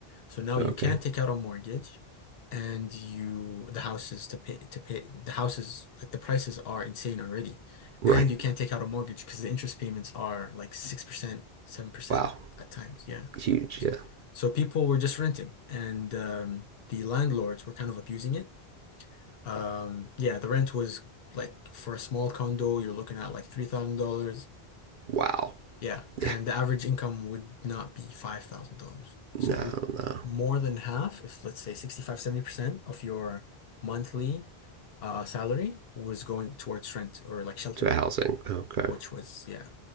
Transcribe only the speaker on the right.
okay.
Right.
Wow.
Huge. Yeah.
Wow.
Yeah.
No,
no.
To housing. Okay.